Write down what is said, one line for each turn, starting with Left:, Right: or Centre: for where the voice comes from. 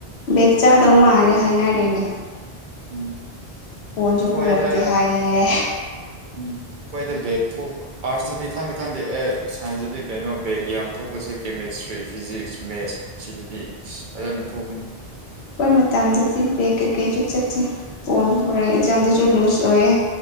Left: ꯕꯦꯛ ꯆꯥꯗꯧ ꯃꯥꯜꯂꯦ ꯍꯥꯏꯅꯔꯦꯅꯦ
Right: ꯎꯝ
Left: ꯐꯣꯟꯁꯨ
Right: ꯈ꯭ꯋꯥꯏꯗ
Left: ꯄꯔꯛꯇꯦ ꯍꯥꯏꯌꯦ
Right: ꯎꯝ ꯑꯈꯣꯏꯗ ꯕꯦꯒ ꯊꯣꯀꯄꯥ ꯑꯥꯔꯁꯇꯗꯤ ꯈꯪꯗꯤ ꯈꯪꯗꯦ ꯁꯥꯏꯟꯁꯇꯗꯤ ꯀꯩꯅꯣ ꯕꯦꯒ ꯌꯥꯝ ꯊꯣꯀꯞꯁꯦ ꯀꯦꯃꯦꯁꯇ꯭ꯔꯤ ꯐꯤꯖꯤꯛꯁ ꯃꯦꯠꯁ ꯁꯤꯗꯗꯤ ꯐꯖꯅ ꯊꯣꯀꯞꯅꯤ
Left: ꯑꯈꯣꯏ ꯃꯇꯝꯗꯗꯤ ꯕ꯭ꯦꯒ ꯀꯩ ꯀꯩꯁꯨ ꯆꯠꯇꯦ ꯐꯣꯟꯁꯨ ꯄꯨꯔꯛꯑꯦ ꯑꯦꯛꯖꯥꯝꯗꯁꯨ ꯂꯨꯖ ꯑꯣꯏꯌꯦ